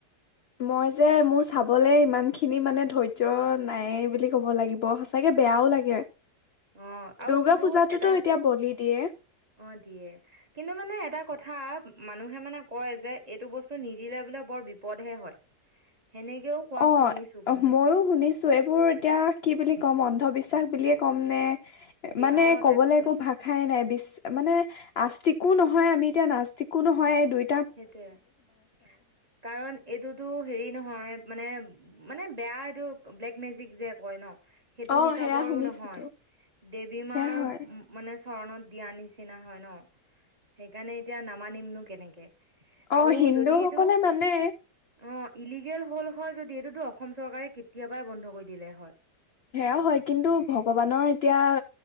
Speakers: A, on the left (about 70°); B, on the right (about 25°).
A: মই যে, মোৰ চাবলৈ ইমানখিনি মানে ধৈৰ্য্য নাইয়ে বুলি ক'ব লাগিব সঁচাকে বেয়াও লাগে।
B: অ', আউ
A: দুৰ্গা
B: কিন্তু
A: পূজাতোতো
B: এটা
A: এতিয়া বলি দিয়ে
B: অ', দিয়ে, কিন্তু মানে এটা কথা মানুহে মানে কয় যে, এইটো বস্তু নিদিলে বোলে বৰ বিপদহে হয়। সেনেকেও কোৱা
A: অ',
B: শুনিছো কিন্তু
A: ময়ো শুনিছো এইবোৰ এতিয়া কি বুলি ক'ম অন্ধবিশ্বাস বুলিয়ে ক'ম নে?
B: বি-
A: মানে
B: অ
A: কবলৈ
B: তাকেতো
A: একো ভাষাই নাই বিচ মানে আাস্তিকো নহয়, আমি এতিয়া নাস্তিকো নহয় এই দুই
B: সেইটোয়ে কাৰণ এইটোতো হেৰি নহয় মানে মানে বেয়া এইটো ব্লেক মেজিক যে, কয় ন সেইটো
A: অ
B: হিচাপৰো
A: সেয়া শুনিছোতো।
B: নহয়, দেৱী
A: সেয়া
B: মাৰ
A: হয়
B: মানে চৰণত দিয়া নিচিনা হয়, ন? সেইকাৰণে এতিয়া নামানিমনো কেনেকে? আৰু
A: অ', হিন্দু
B: যদি এইটো
A: সকলে মানে।
B: অ ইলিগেল হ'ল হয়, যদি এইটোতো অসম চৰকাৰে কেতিয়াবাই বন্ধ কৰি দিলে হয়।
A: সেয়াও হয়, কিন্তু ভগৱানৰ এতিয়া